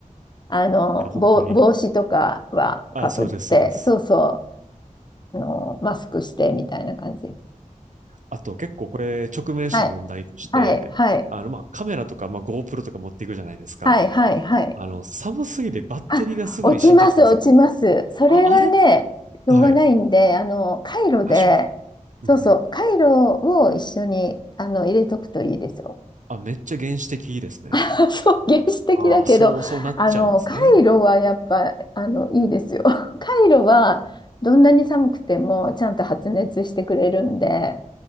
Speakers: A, on the left; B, on the right.
A: あの、
B: いや、本当に。
A: 帽、帽子とかはかぶって、
B: あ、そうです、そうです。
A: そうそう、あの、マスクしてみたいな感じです。
B: あと、結構これ、直面した問題として、
A: はいはい、はい、
B: あの、まあ、カメラとか、まあ、GoPro とか持っていくじゃないですか。
A: はい、はい、はい。
B: あの、寒すぎてバッテリーがすぐに死んじゃったんですよ。
A: あ、落ちます、落ちます。それはね、
B: あ、あれ
A: しょうがないんで、
B: はい。
A: あの、カイロで、
B: あ、しょうがない。
A: そうそう、
B: うん
A: カイロを一緒に、あの、入れとくといいですよ。
B: あ、めっちゃ原始的ですね。
A: <laughs> そう、原始的だけど、
B: ああ、そう、そうなっちゃうんですね。
A: あの、カイロはやっぱ、あの、いいですよ。<laughs> カイロは、どんなに寒くても、ちゃんと発熱してくれるんで、